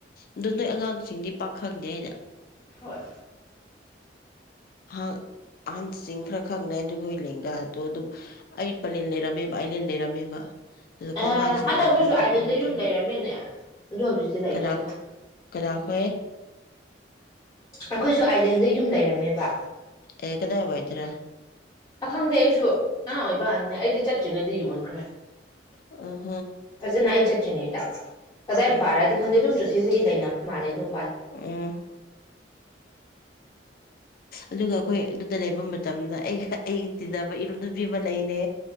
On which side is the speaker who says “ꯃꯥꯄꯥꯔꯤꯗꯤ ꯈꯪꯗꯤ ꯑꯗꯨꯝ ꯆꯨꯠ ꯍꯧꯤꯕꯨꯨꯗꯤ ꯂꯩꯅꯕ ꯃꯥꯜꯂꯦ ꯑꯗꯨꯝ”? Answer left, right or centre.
Left